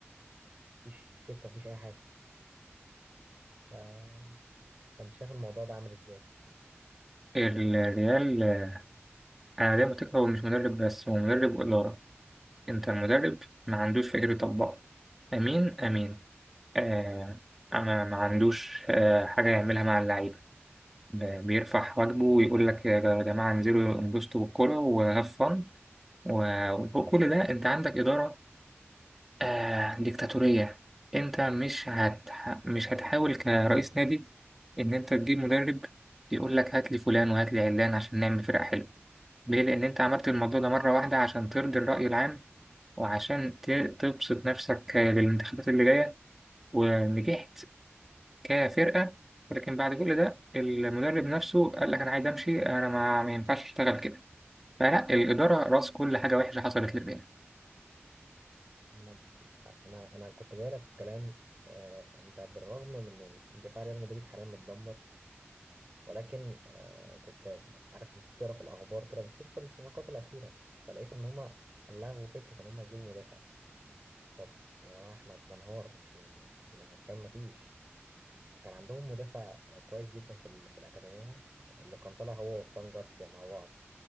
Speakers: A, on the right; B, in the centre.
A: ما فيش فكره ما فيش اي حاجه ف... فانت شايف الموضوع ده عامل ازاي
B: الريال آه، أنا دايما متأكد هو مش مدرب بس هو مدرب وإدارة أنت المدرب ما عندوش فكر يطبقه أمين أمين آه ما ما عندوش آه حاجة يعملها مع اللعيبة ب- بيرفع واجبه ويقول لك يا جماعة انزلوا انبسطوا بالكرة وهاف فن وفوق كل ده انت عندك إدارة آه ديكتاتورية انت مش هت مش هتحاول كرئيس نادي ان انت تجيب مدرب يقول لك هات لي فلان وهات لي علان عشان نعمل فرقة حلوة ليه لأن انت عملت الموضوع ده مرة واحدة عشان ترضي الرأي العام وعشان ت- تبسط نفسك للانتخابات اللي جاية ونجحت كفرقة ولكن بعد كل ده المدرب نفسه قال لك أنا عايز أمشي أنا ما, ما ينفعش أشتغل كده فلا الإدارة رأس كل حاجة وحشة حصلت للريال
A: انا انا انا كنت جاي لك في الكلام آه، انت بالرغم من إن دفاع ريال مدريد حاليا متدمر ولكن آه كنت عارف لما تيجي تقرا في الاخبار كده بتشوف الصفقات الاخيره فلقيت ان هم لغوا فكره ان هم يجيبوا مدافع طب يا جماعه احنا بننهار احنا احنا عارفين ما فيش كان عندهم مدافع كويس جدا في ال... في الاكاديميه اللي كان طالع هو وفران جارسيا مع بعض